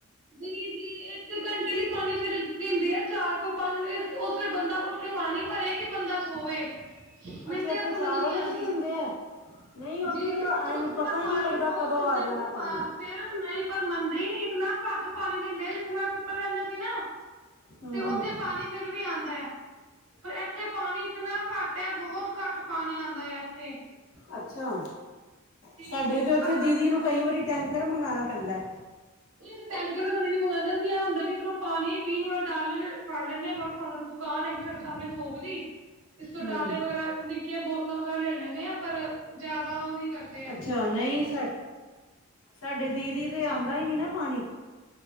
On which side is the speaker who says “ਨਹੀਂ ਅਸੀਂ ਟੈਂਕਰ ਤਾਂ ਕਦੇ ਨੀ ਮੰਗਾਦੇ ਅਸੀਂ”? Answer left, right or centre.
Right